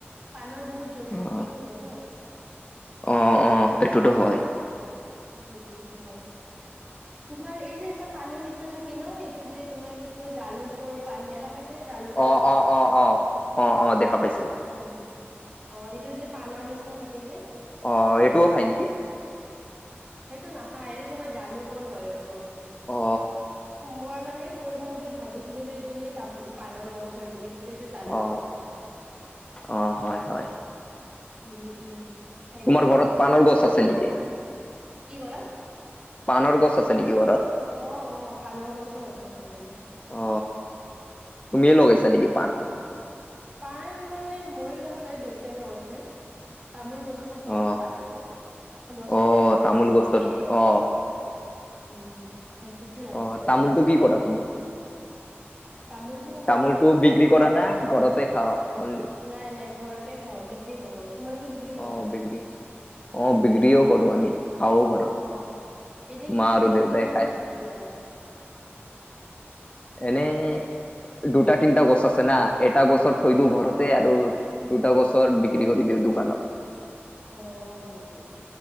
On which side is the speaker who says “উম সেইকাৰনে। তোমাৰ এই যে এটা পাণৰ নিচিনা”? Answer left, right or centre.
Right